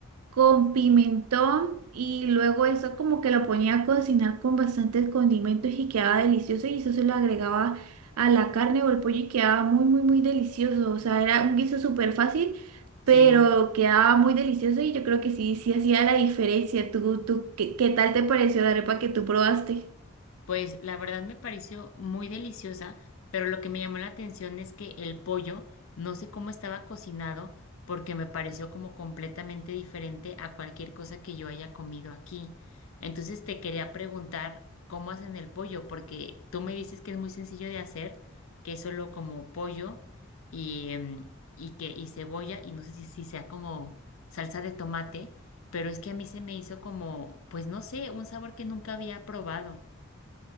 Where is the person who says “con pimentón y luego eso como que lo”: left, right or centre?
Right